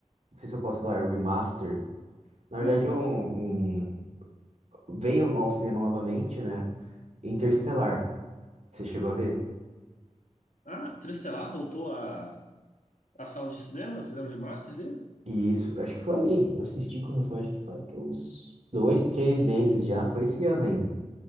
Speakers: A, on the right; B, on the left.
A: sei se eu posso falar remaster. Na verdade,
B: Hum.
A: um, um- veio no- ao cinema novamente, né? Interestelar. Você chegou a ver?
B: Ah, Interestelar voltou à à sala de cinema? Fizeram o remaster dele?
A: E isso, acho que foi. Eu assisti quando foi, acho que foi que uns dois, três meses já. Foi esse ano ainda.